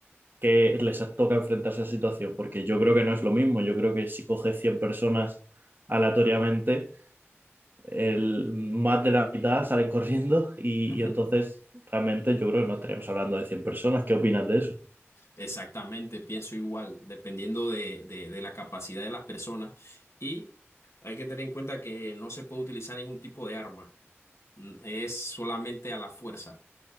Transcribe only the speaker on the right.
que les toca enfrentarse a esa situación, porque yo creo que no es lo mismo, yo creo que si coges 100 personas aleatoriamente, el, más de la mitad salen corriendo y,
y entonces realmente yo creo que no estaríamos hablando de cien personas, ¿qué opinas de eso?